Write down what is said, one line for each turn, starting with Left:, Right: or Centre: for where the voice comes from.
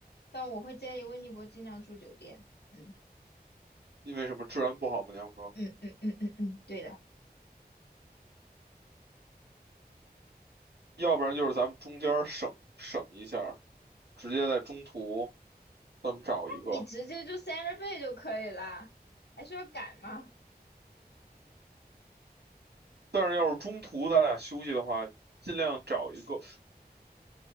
Left: 但我会建议温尼伯尽量住酒店。嗯
Right: 因为什么治安不好吗？你要说，
Left: 嗯嗯嗯嗯嗯，对的，
Right: 要不然就是咱们中间儿省省一下儿直接在中途咱们找一个。
Left: 你直接就 Santa Bay 就可以啦，还需要改吗？
Right: 但是要是中途咱俩休息的话，尽量找一个，